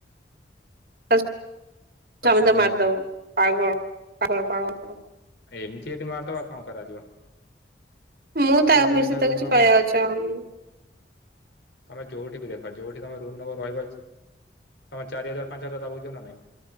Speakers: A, on the right; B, on the left.
A: <unintelligible> <unintelligible>
B: ତା ସ୍ୱାମୀ
A: ମାରିଦବ। <unintelligible>
B: ଏମିତି ଯଦି ମାରିଦବ ଆଉ କଣ କରାଯିବ?
A: ମୁଁ ତା
B: ଯୋଉଠି
A: ବିଷୟରେ
B: ତମେ ଏଖା
A: ତ
B: ରୁମ
A: କିଛି
B: ନବ
A: କହିବାକୁ ଚାହୁଁନି।
B: ତମେ ଯୋଉଠି ବି ଦେଖ ଯୋଉଠି ତମେ ରୁମ ନବ ରହିବ ତମେ ଚାରି ହଜାର ପାଞ୍ଚ ହଜାର ତା ବୁଝ ନା ନାଇଁ।